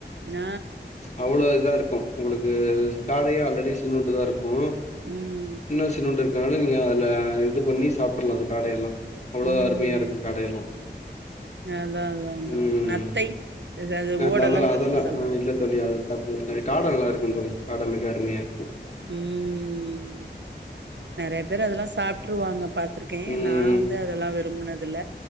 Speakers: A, on the right; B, on the left.
A: அ
B: அவ்ளோ இதா இருக்கு உங்குளுக்கு ஸ்டாடையே ஆல்ரெடி சின்னூண்டுதா இருக்கு.
A: ம்.
B: இன்னு சின்னூண்டு இருக்கற்னால நீங்க அதுல இது பண்ணி சாப்ட்றலா அது காடையெல்லா. அவ்ளோ
A: ம்
B: அருமையாருக்கு
A: ம்
B: காடையெல்லா.
A: அதா அதா அதா
B: ம்
A: நத்தை இது அது
B: ஆ
A: ஓடெல்லா
B: அதெல்லா அதெல்லா
A: பிரிச்சு சாப்டுவா
B: ஆ இல்ல தோழி அது சாப்ட்டதில்ல காட நல்லாருக்கு தோழி காட மிக அருமையா இருக்கு.
A: ம் நெறையா பேர் அதல்லா சாப்ட்ருவாங்க பாத்துருக்கே
B: ம்
A: நா வந் து அதெல்லா விரும்புனதில்ல.